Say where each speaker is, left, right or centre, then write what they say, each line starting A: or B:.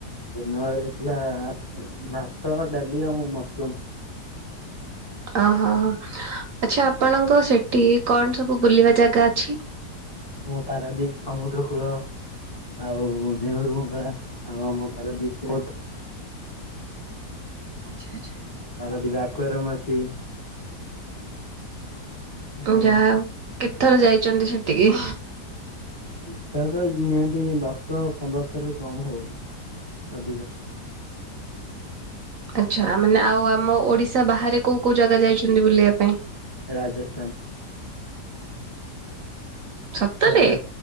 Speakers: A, on the left; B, on the right.
A: ଦିନବେଳ‌ ହେଇଥିଲା ଭାତ ଡାଲି ଆଉ ମସରୁମ।
B: ଓହୋ ଆଚ୍ଛା ଆପଣଙ୍କ ସେଠି କଣ ସବୁ ବୁଲିବା ଜାଗା ଅଛି?
A: ମୁଁ ପାରାଦୀପ ସମୁଦ୍ର କୂଳ। ଆଉ ନେହେରୁ ବଙ୍ଗଳା, ଆଉ ଆମ ପାରାଦୀପ ପୋର୍ଟ।
B: ଆଚ୍ଛା ଆଚ୍ଛା।
A: ପାରାଦିପ ଆକ୍ୱାରିୟମ୍ ଅଛି। ହଁ
B: ଯା ଆଉ କେତେ ଥର ଯାଇଛନ୍ତି ସେଠିକି?
A: ସେଥର ତ ନିହାତି ଦଶ ପନ୍ଦର ଥର କମ ହବନି ଅଧିକ।
B: ଆଚ୍ଛା ମାନେ ଆଉ ଆମ ଓଡ଼ିଶା ବାହାରେ କୋଉ କୋଉ ଜାଗା ଯାଇଛନ୍ତି ବୁଲିବା ପାଇଁ?
A: ରାଜସ୍ଥାନ।
B: ସତରେ
A: ରାଜ